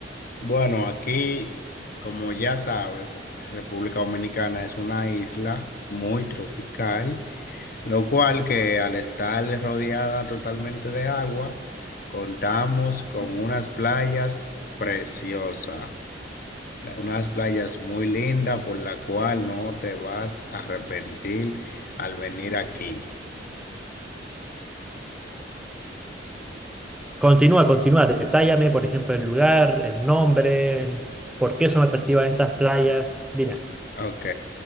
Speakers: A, on the left; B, in the centre.
A: Bueno, aquí, como ya sabes, República Dominicana es una isla muy tropical, lo cual que al estar rodeada totalmente de agua, contamos con unas playas preciosas. la- unas playas muy lindas por la cual no te vas a arrepentir al venir aquí.
B: Continúa, continúa, detállame, por ejemplo, el lugar, el nombre, por qué son atractivas estas playas. Dime.
A: Ok.